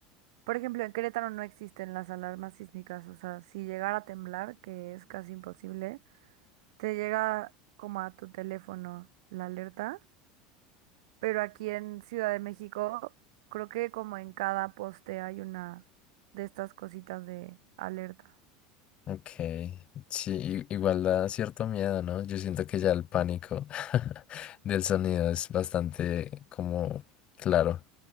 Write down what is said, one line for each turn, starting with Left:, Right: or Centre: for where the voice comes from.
Right: por ejemplo, en Querétaro no existen las alarmas sísmicas, o sea, si llegara a temblar, que es casi imposible. te llega como a tu teléfono la alerta, pero aquí en Ciudad de México creo que como en cada poste hay una de estas cositas de alerta.
Left: Ok, sí, i- igual da cierto miedo, ¿no? Yo siento que ya el pánico <laughs> del sonido es bastante como claro.